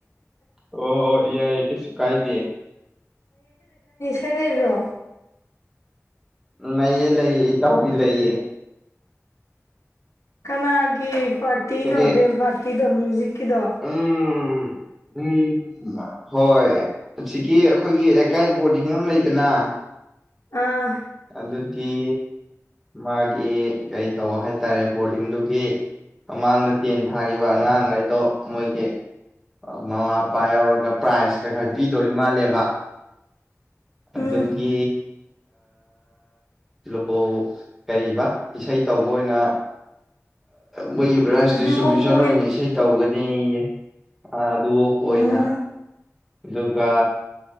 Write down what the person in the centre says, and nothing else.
ꯑꯣ ꯌꯥꯏ ꯀꯩꯁꯨ ꯀꯥꯏꯗꯦ
ꯂꯩꯌꯦ ꯂꯩꯌꯦ ꯏꯇꯥꯎꯕꯤ ꯂꯩꯌꯦ
ꯀꯩꯀꯩ
ꯎꯝ ꯎꯝ ꯍꯣꯏ ꯑꯁꯤꯀꯤ ꯑꯩꯈꯣꯏꯒꯤ ꯂꯩꯀꯥꯏ ꯕꯣꯔꯗꯤꯡ ꯑꯃ ꯂꯩꯗꯅ
ꯑꯗꯨꯒꯤ ꯃꯥꯒꯤ ꯀꯔꯤ ꯇꯧꯕ ꯍꯥꯏꯇꯥꯔꯦ ꯕꯣꯔꯗꯤꯡꯗꯨꯒꯤ ꯃꯃꯥꯡꯗ ꯇꯦꯟ ꯊꯥꯒꯤꯕ ꯑꯉꯥꯡꯈꯩꯗꯣ ꯃꯣꯏꯒꯤ ꯃꯃꯥ ꯃꯄꯥ ꯌꯥꯎꯔꯒ ꯄ꯭ꯔꯥꯏꯖ ꯀꯩ ꯈꯔ ꯄꯤꯗꯣꯔꯤ ꯃꯥꯜꯂꯦꯕ
ꯑꯗꯨꯒꯤ ꯂꯨꯍꯣ ꯀꯔꯤꯕ ꯏꯁꯩ ꯇꯧꯕ ꯑꯣꯏꯅ ꯃꯣꯏꯒꯤ ꯄꯔꯥꯏꯁ
ꯗꯤꯁꯇ꯭ꯔꯤꯕ꯭ꯌꯨꯁꯟ
ꯑꯣꯏꯅ ꯏꯁꯩ ꯇꯧꯒꯅꯤꯌꯦ ꯑ ꯑꯗꯨ ꯑꯣꯝ
ꯑꯣꯏꯅ ꯑꯗꯨꯒ